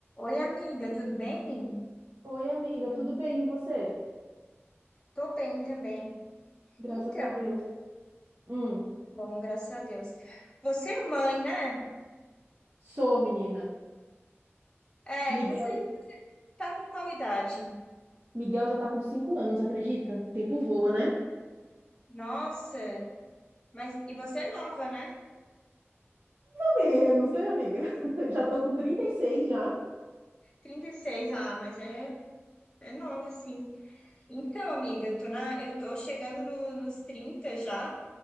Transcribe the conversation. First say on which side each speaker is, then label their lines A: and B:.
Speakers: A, on the left (about 20°); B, on the right (about 50°).
A: Oi, amiga, tudo bem?
B: Oi, amiga, tudo bem? E você?
A: Tô bem também.
B: Graças
A: Então,
B: a Deus. Hum,
A: tá bom, graças a Deus. Você é mãe, né?
B: sou menina.
A: É,
B: Miguel,
A: e você tá com qual idade?
B: Miguel já tá com 5 anos, acredita? Tempo voa, né?
A: Nossa, mas e você é nova, né?
B: Pelo Menos, né, amiga? <laughs> Já tô com 36 já.
A: 36, ah, mas é, é nova, sim. Então, amiga, eu tô na, eu tô chegando no- nos 30 já